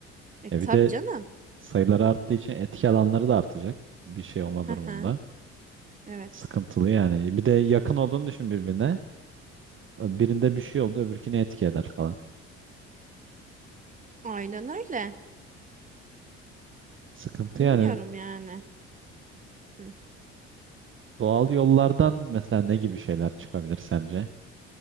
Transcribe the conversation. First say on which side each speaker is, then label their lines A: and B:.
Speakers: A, on the right; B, on the right.
A: E
B: E
A: tabii
B: bir de
A: canım.
B: sayılar arttığı için etki alanları da artacak bir şey olma
A: Hı
B: durumunda.
A: hı. Evet.
B: Sıkıntılı yani. Bir de yakın olduğunu düşün birbirine. E, Birinde bir şey oldu, öbürküne etki eder falan.
A: Aynen öyle.
B: Sıkıntı
A: Bilmiyorum
B: yani
A: yani. Hı.
B: doğal yollardan mesela ne gibi şeyler çıkabilir sence?